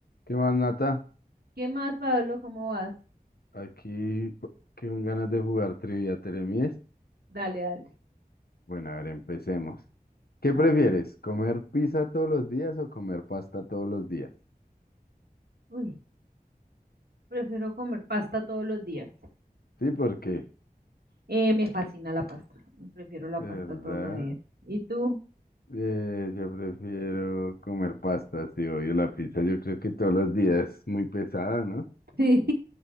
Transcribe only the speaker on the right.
¿Qué más, Pablo? ¿Cómo vas?
Dale, dale.
A
ver.
Uy, prefiero comer pasta todos los días.
Eh, me fascina la pasta. Prefiero la
pasta
toda una vida. ¿Y tú? <laughs>
Sí,